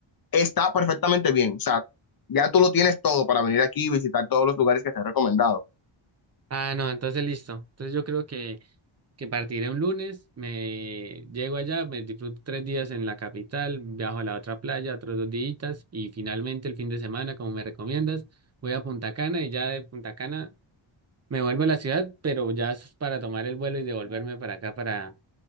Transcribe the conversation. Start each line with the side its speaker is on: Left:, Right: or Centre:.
Left: está perfectamente bien, o sea, ya tú lo tienes todo para venir aquí y visitar todos los lugares que te he recomendado.
Right: Ah, no, entonces listo. Entonces, yo creo que. que partiré un lunes, me llego allá, me disfruto tres días en la capital, viajo a la otra playa, otros dos días y finalmente el fin de semana, como me recomiendas, voy a Punta Cana y ya de Punta Cana me vuelvo a la ciudad, pero ya es para tomar el vuelo y devolverme para acá, para,